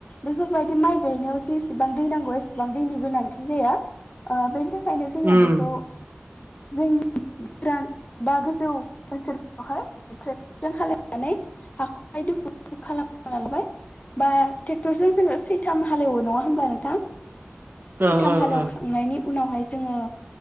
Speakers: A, on the left; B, on the right.
A: बेफोरबायदि माइ गायनायाव जे एसेबां दै नांगौ एसेबां दैनि गोनांथि जाया ओ बेनि थाखायनो जोङो
B: उम
A: बेखौ जोंनि बा गोजौ ओनसोल बेहाय ट्रेक्टरजों खालामायनानै हाखौहाय दुफु खालामना ला लाबाय बा ट्रेक्टरजों जोङो सैथाम हालेवो नङा होमब्ला नोंथां? सैथाम
B: ओ ओ
A: हालेवखांनायनि
B: ओ
A: उनावहाय जोङो